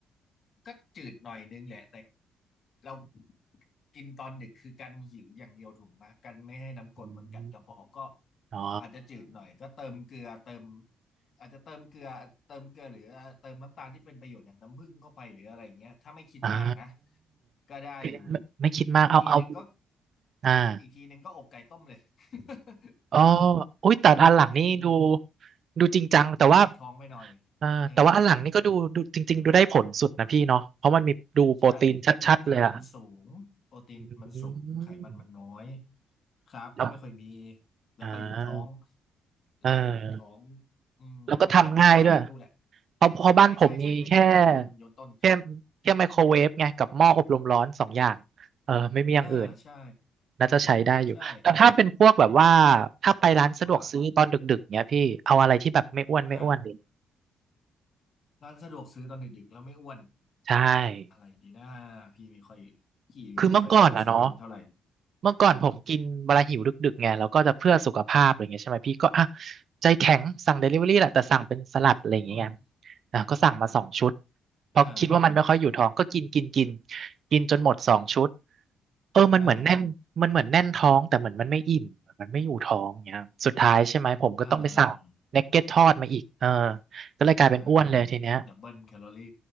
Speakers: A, on the left; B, on the right.
A: ก็จืดหน่อยนึงแหละแต่เรากินตอนดึกคือกันหิวอย่างเดียวถูกไหมกันไม่ให้น้ำกรดมันกัดกระเพาะก็
B: อืมอ๋อ
A: อาจจะจืดหน่อยก็เติมเกลือเติมอาจจะเติมเกลือเติมเกลือหรือเติมน้ำตาลที่เป็นประโยชน์อย่างน้ำผึ้งเข้าไปหรืออะไรเงี้ยถ้าไม่คิดมากนะ
B: อ่า
A: ก็ได้อยู่
B: ไม่ไม่คิดมากเอาเอา
A: อีกทีหนึ่งก็
B: อ่า
A: อีกทีหนึ่งก็อกไก่ต้มเลย <laughs>
B: อ๋ออุ้ยแต่อันหลังนี่ดู
A: อีกทีหนึง
B: ดูจริงจังแต่ว่า
A: ดูหนักท้องไปหน่อย
B: เออแต่ว่าอันหลังนี่ก็ดูดูจริงๆดูได้ผลสุดนะพี่เนาะเพราะมันมีดูโปรตีนชัดๆเลยอะ
A: เออ ใช่โปรตีนมันสูงโปรตีนมันสูงไขมันมันน้อย
B: อืม
A: คาร์บก็ไม่ค่อยมี
B: แล้ว
A: แล้วก็อยู่ท้อง
B: อ่า
A: แล้วก็อยู่ท้อง
B: เออ
A: อืมมันก็มีหลายเมนูแหละ
B: แล้วก็ทำง่ายด้วยเพราะเพราะบ้านผมมีแค่
A: ใช่ใช่ใช่ก็คือแค่โยนโยนต้น
B: แค่แค่ไมโครเวฟไงกับหม้ออบลมร้อนสองอย่างเออไม่มีอย่างอื่น
A: อ่าใช่
B: น่าจะใช้ได้อยู่แต่ถ้าเป็นพวกแบบว่า
A: ใช่
B: ถ้าไปร้านสะดวกซื้อตอนดึกๆเนี้ยพี่เอาอะไรที่แบบไม่อ้วนไม่อ้วนดิ
A: ว่าอ่าร้านสะดวกซื้อตอนดึกๆแล้วไม่อ้วน
B: ใช่
A: อะไรดีนะพี่ไม่ค่อยพี่ก็ไม่ค่อยเข้าเซเว่นเท่าไหร่
B: คือเมื่อก่อนอะเนาะเมื่อก่อนผมกินเวลาหิวดึกๆไงแล้วก็จะเพื่อสุขภาพอะไรเงี้ยใช่ไหมพี่ก็อ่ะ
A: อ่า
B: ใจแข็งสั่งเดลิเวอรี่แหละแต่สั่งเป็นสลัดอะไรอย่างเงี้ยไง
A: อืม
B: อ่ะก็สั่งมาสองชุดเพราะคิดว่ามันไม่ค่อยอยู่ท้องก็กินกินกิน
A: อ่า
B: กินจนหมดสองชุดเออมันเหมือนแน่นมันเหมือนแน่นท้องแต่เหมือนมันไม่อิ่มเหมือนมันไม่อยู่ท้องเงี้ยสุดท้ายใช่ไหมผมก็ต้องไปสั่งเนกเก็ตทอดมาอีกเออ
A: อ่าอ่า
B: ก็เลยกลายเป็นอ้วนเลยทีเนี้ย
A: อ่าดับเบิลแคลอรี่